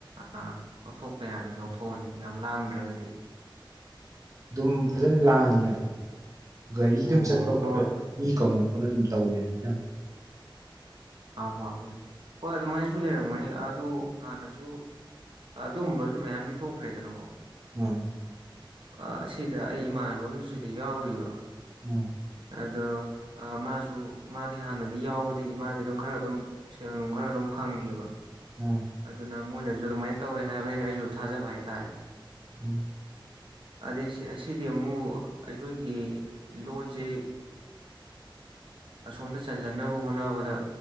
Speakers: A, on the right; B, on the right.
A: ꯑꯥ ꯂꯧꯊꯣꯛꯄ ꯌꯥꯁꯦ ꯂꯧꯊꯣꯛꯑꯅꯤ ꯌꯥꯝ ꯂꯥꯡꯗ꯭ꯔꯒꯗꯤ
B: ꯑꯗꯨꯝ ꯐꯖꯅ ꯂꯥꯡꯉꯤ ꯌꯥꯝ ꯒꯥꯔꯤ
A: ꯑꯣ
B: ꯑꯗꯨꯝ ꯆꯠꯄ ꯈꯣꯠꯄ
A: ꯍꯣꯏ
B: ꯃꯤ ꯀꯧꯅ ꯑꯩꯣꯏꯅ ꯑꯗꯨꯝ ꯇꯧꯋꯦ ꯅꯪ
A: ꯍꯥꯄ ꯍꯥꯕ ꯑꯗꯨꯏ ꯍꯣꯏ ꯑꯗꯨꯃꯥꯏꯅꯁꯨ ꯂꯩꯔꯝꯒꯅꯤ ꯑꯗꯨ ꯍꯥꯟꯅꯁꯨ ꯑꯗꯨꯒꯨꯝꯕꯁꯨ ꯃꯌꯥꯝꯗꯤ ꯊꯣꯛꯈ꯭ꯔꯦꯗꯅꯀꯣ
B: ꯎꯝ
A: ꯑ ꯁꯤꯗ ꯑꯩ ꯏꯃꯥꯟꯅꯕ ꯑꯨ ꯁꯤꯗꯤ ꯌꯥꯎꯔꯤꯕ
B: ꯎꯝ
A: ꯑꯗꯣ ꯃꯥꯁꯨ ꯃꯥꯗꯤ ꯍꯥꯟꯅꯗꯤ ꯌꯥꯎꯕꯗꯒꯤ ꯃꯥꯗꯤ ꯑꯗꯨꯝ ꯈꯔ ꯑꯗꯨꯝ ꯁꯦꯜ ꯅꯨꯡ ꯈꯔ ꯑꯗꯨꯝ ꯐꯪꯉꯦꯕ
B: ꯎꯝ
A: ꯑꯗꯨꯅ ꯃꯣꯏꯅꯁꯨ ꯑꯗꯨꯃꯥꯏꯅ ꯇꯧꯋꯦ ꯍꯥꯏꯕꯅꯤꯅ ꯑꯩꯁꯨ ꯊꯥꯖꯕ ꯍꯥꯏꯇꯥꯔꯦ
B: ꯎꯝ
A: ꯑꯗꯩꯁꯦ ꯑꯁꯤꯗꯤ ꯑꯃꯨꯛ ꯑꯩꯈꯣꯏꯒꯤ ꯂꯣꯟꯁꯦ ꯑꯁꯣꯝꯗ ꯆ ꯍꯜꯍꯟꯅꯕ ꯍꯣꯠꯅꯕꯗ